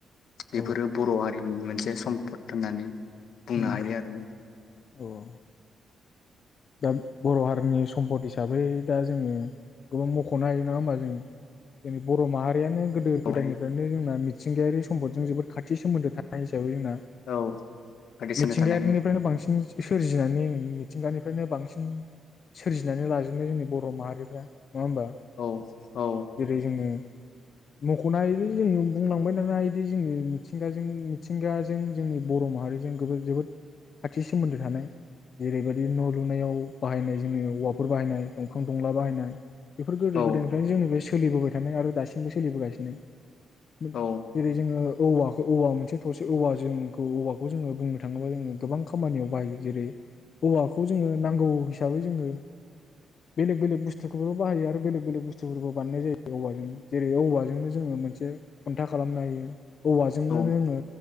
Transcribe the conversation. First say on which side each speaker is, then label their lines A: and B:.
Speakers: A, on the left; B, on the left.
A: औ
B: बेफोरो बर' हारिनि मोनसे सम्पद होन्नानै बुंनो
A: उम
B: हायो आरो
A: औ औ दा बर' हारिनि सम्पद हिसाबै दा जोङो गोबां मख'नो हायो नङा होमबा जोङो जोंनि बर' माहारियानो गोदो
B: बेवहाय
A: गोदायनिफ्रायनो जोंना मि थिंगायारि सम्दजों जोबोर खाथि सोमोन्दो थानाय हिसाबै जोंना
B: औ बायदि
A: मिथिंगायारिनिफ्रायनो
B: सोननो थानाय
A: बांसिन सोरजिनानै मिथिंगानिफ फ्रायनो बांसिन सोरजिनानै लाजोबनो जोंनि बर' माहारिफ्रा नङा ओमबा
B: औ औ
A: जेरै जोङो मख'नो हायोदि जोङो बुंलांबाय थानो हायोदि जोंनि मिथिंगाजों मिथिंगाजों जोंनि बर' माहारिजों गोबोद जोबोद खाथि सोमोन्दो थानाय जेरैबायदि न' लुनायाव बाहायनाय जोंनि औवाफोर बाहायनाय दंफां दंला बाहायनाय बेफोर गोदो
B: औ
A: गोदायनिफ्रायनो जोंनि बे सो सोलिबोबाय थानाय आरो दासिमबो सोलिबोगासिनो। मोन
B: औ
A: जेरै जोङो औवाख औवा मोनसे थसे औवा जों खौ औवाखौ जोङो बुंनो थाङोबा जों गोबां खामानियाव बाहायो जेरै औवाख खौ जोङो नांगौ हिसाबै जोङो बेलेग बेलेग बुस्थुखौबो बाहायो आरो बेलेग बेलेग बुस्थुफोरबो बानायनाय जायो औवाजोंनो जेरै औवाजोंनो जोङो मोनसे खुन्था खालामनो हायो। औवाजोंनो
B: औ
A: जोङो